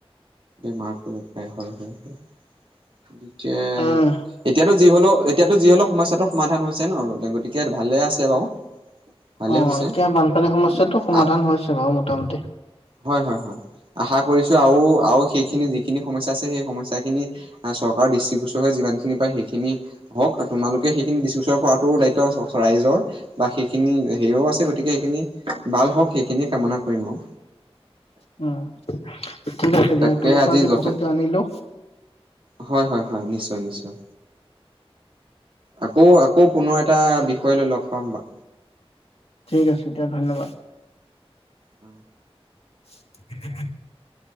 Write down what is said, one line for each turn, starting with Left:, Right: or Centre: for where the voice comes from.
Right: বেমাৰ কৰিব পায় হয় হয় হয়। যে,
Left: উম,
Right: এতিয়াতো যি হ'লেও এতিয়াতো যি হ'লে সমস্যাটো সমাধান হৈছে ন, গতিকে ভালে আছে বাউ ভালেই
Left: অ',
Right: হৈছে
Left: এতিয়া বানপানীৰ সমস্যাটো সমাধান
Right: আ
Left: হৈছে বাৰু মোটামুটি।
Right: হয়, হয়, হয় আশা কৰিছোঁ আৰু, আৰু সেইখিনি যিখিনি সমস্যা আছে সেই সমস্যাখিনি চৰকাৰৰ দৃষ্টিগোচৰ হৈ যিমানখিনি পা সেইখিনি হওঁক তোমালোকে সেইখিন দৃষ্টিগোচৰ কৰাটো দায়িত্ব ৰাইজৰ বা সেইখিনি হেয়িও আছে গতিকে সেইখিনি ভাল হওঁক সেইখিনিয়ে কামনা কৰিম আউ
Left: উম। ঠিক আছে
Right: তাকে
Left: দিয়া তোমাৰ
Right: আজি
Left: পৰা
Right: যথে
Left: বহুত জানিলো
Right: হয়, হয় হয়, নিশ্চয়, নিশ্চয় আকৌ, আকৌ পুনৰ এটা বিষয় লৈ লগ পাম বা
Left: ঠিক আছে দিয়া ধন্যবাদ
Right: অ
Left: <unintelligible>